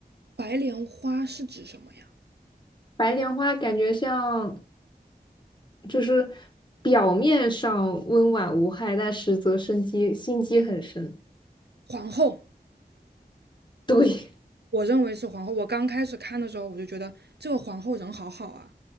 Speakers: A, on the right; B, on the left.
A: 白莲花是指什么呀？
B: 白莲花感觉像就是表面上温婉无害，但实则生机心机很深。
A: 皇后。
B: 对，
A: 我认为是皇后。我刚开始看的时候，我就觉得这个皇后人好好啊。